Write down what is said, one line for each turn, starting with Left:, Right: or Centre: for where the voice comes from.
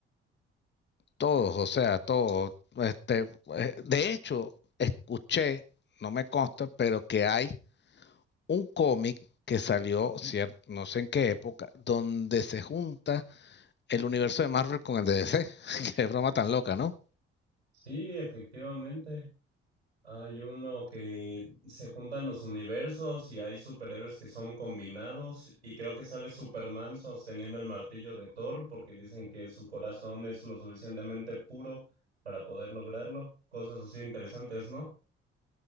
Left: Todos, o sea, todos. Este, eh, de hecho, escuché, no me consta, pero que hay un cómic que salió, cier- no sé en qué época, donde se junta el universo de Marvel con el de DC. <laughs> qué broma tan loca, ¿no?
Right: Sí, efectivamente. Hay uno que se juntan los universos y hay superhéroes que son combinados y creo que sale Superman sosteniendo el martillo de Thor porque dicen que su corazón es lo suficientemente puro para poder lograrlo. Cosas así interesantes, ¿no?